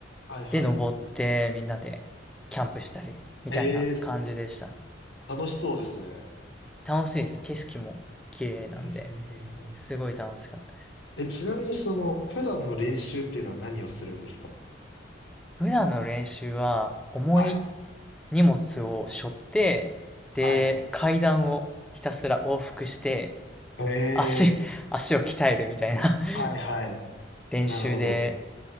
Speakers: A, on the left; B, in the centre.
A: はい、はい。
B: で、登ってみんなでキャンプしたり、みたいな感じでした。
A: えー、す楽しそうですね。
B: 楽しいですね。景色も綺麗なんで、
A: うん、うん、うん。うん
B: すごい楽しかったです。
A: え、ちなみにその、普段の練習っていうのは何をするんですか
B: 普段の練習は、重い
A: はい。
B: 荷物を背負って、で、
A: はい。
B: 階段をひたすら往復して、
A: え
B: 足、<laughs> 足を鍛えるみたいな
A: ー、はい、はい。
B: <laughs> 練習で、
A: なるほど。